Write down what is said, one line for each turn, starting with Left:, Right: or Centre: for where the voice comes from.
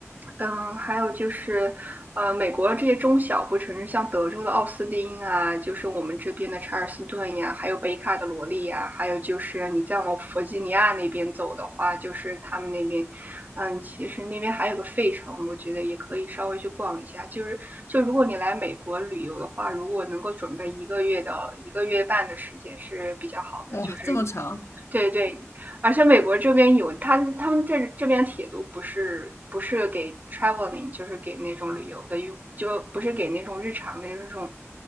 Right: 嗯，还有就是，呃，美国的这些中小不城市，像德州的奥斯汀啊，就是我们这边的查尔斯顿呀，还有北卡的罗利呀，还有就是你再往弗吉尼亚那边走的话，就是他们那边，嗯，其实那边还有个费城，我觉得也可以稍微去逛一下。就是，就如果你来美国旅游的话，如果能够准备一个月的一个月半的时间是比较好的，
Left: 哇，
Right: 就是
Left: 这么长
Right: 对对，而且美国这边有他他们这这边铁路不是不是给 traveling，就是给那种旅游的用，就不是给那种日常的这种，